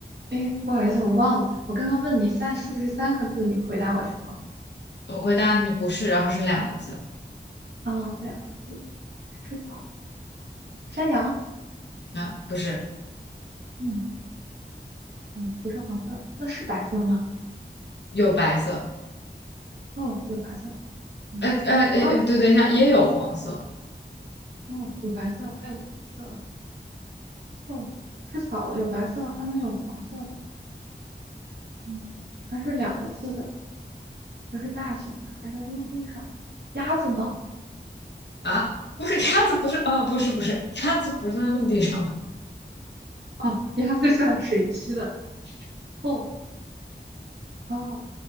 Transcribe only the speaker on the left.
我回答你不是，然后是两个字，
啊，不是，
有白色，
呃呃呃，
呃对，等一下，也有黄色
啊，不是鸭子，不是，哦，不是不是，鸭子不是在陆地上。吗？